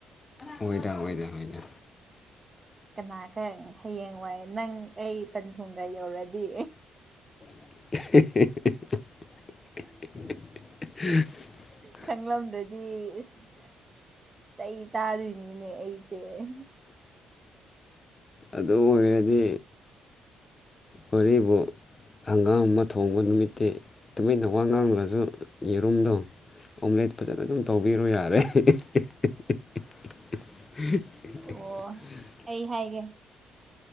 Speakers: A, on the left; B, on the right.
A: ꯑꯣꯏꯗ ꯑꯣꯏꯗ ꯍꯗ
B: ꯀꯅꯥꯒ ꯍꯌꯦꯡ ꯋꯥꯏꯦ ꯅꯪ ꯑꯩ ꯄꯟꯊꯨꯡꯒ ꯌꯧꯔꯗꯤ
A: <unintelligible>
B: ꯈꯪꯗꯗꯤ ꯏꯁꯁ ꯆꯩ ꯆꯥꯗꯣꯏꯅꯤꯅꯦ ꯑꯩꯁ ꯦ
A: ꯑꯗꯨ ꯑꯣꯏꯔꯗꯤ ꯍꯔꯤꯕꯨ ꯍꯪꯒꯥꯝ ꯑꯃ ꯊꯣꯡꯕ ꯅꯨꯃꯤꯠꯇꯤ ꯇꯨꯃꯤꯟꯅ ꯋꯥ ꯉꯥꯡꯗ꯭ꯔꯁꯨ ꯌꯦꯔꯨꯝꯗꯣ ꯑꯣꯝꯂꯦꯠ ꯐꯖꯅ ꯑꯗꯨꯝ ꯇꯧꯕꯤꯔꯣ ꯌꯥꯔꯦ <unintelligible>
B: ꯑꯣ ꯑꯩ ꯍꯥꯏꯒꯦ